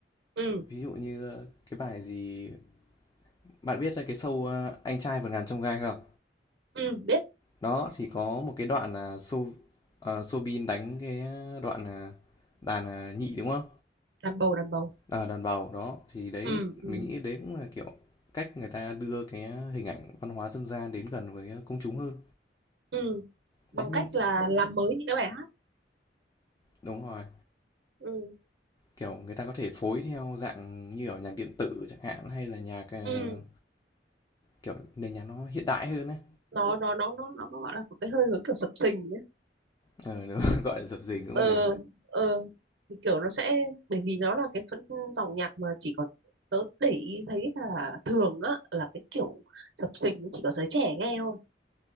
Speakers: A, on the right; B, on the left.
A: ừ
B: Ví dụ như ờ, cái bài gì bạn biết cái show, ờ, Anh Trai Vượt Ngàn Chông Gai không?
A: ừ biết
B: Đó, thì có một cái đoạn là Sô ờ, Soobin đánh cái ờ, đoạn, à, đàn, à, nhị, đúng không?
A: đàn bầu đàn bầu
B: Ờ, đàn bầu, đó, thì đấy
A: ừ ừ
B: mình nghĩ đấy cũng là, kiểu, cách người ta đưa cái ờ, hình ảnh văn hóa dân gian đến gần với ờ, công chúng hơn.
A: ừ bằng
B: Đấy, nhưng
A: cách là làm mới những cái bài hát
B: đúng rồi.
A: ừ
B: Kiểu người ta có thể phối theo dạng như ở nhạc điện tử chẳng hạn hay là nhạc ờ,
A: ừ
B: kiểu nền nhạc nó hiện đại hơn ấy.
A: nó nó nó nó nó gọi là có cái hơi hướng kiểu sập sình nhé
B: Ờ <laughs> đúng, gọi là dập dình cũng
A: ờ
B: được.
A: ờ thì kiểu nó sẽ bởi vì nó là cái phân dòng nhạc mà chỉ có tớ để ý thấy là thường á là cái kiểu sập sình chỉ có giới trẻ nghe thôi